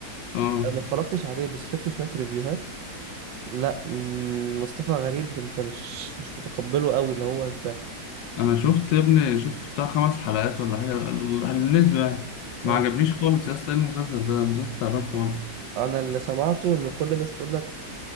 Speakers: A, on the left; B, on the right.
A: اه
B: انا ما اتفرجتش عليه بس شفت شوية ريفيوهات لا مم، مصطفى غريب انت مش مش متقبله قوي اللي هو انت
A: أنا شفت يا ابني شفت بتاع خمس حلقات ولا حاجة اللي نزلوا يعني ما
B: آه.
A: عجبنيش خالص يا اسطى إيه المسلسل ده المسلسل تعبان خالص
B: انا اللي سمعته ان كل الناس بتقول لك